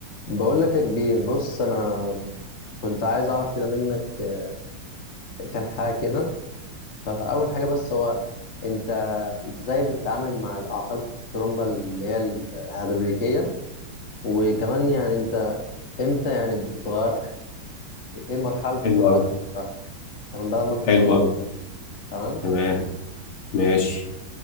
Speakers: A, on the left (about 40°); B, on the left (about 75°).
A: بقول لك يا كبير بص انا كنت عايز اعرف كده منك آه، كام حاجه كده فاول حاجه بس هو انت ازاي بتتعامل مع الاعطال بتاعت الترومبه اللي هي الهيدروليكيه وكمان يعني انت امتى يعني بتغيرها يعني ايه المرحله اللي توصل
B: حلو
A: لها
B: أوي
A: عشان تغيرها تمام بدل ما انت تصلحها
B: حلو أوي
A: تمام
B: تمام ماشي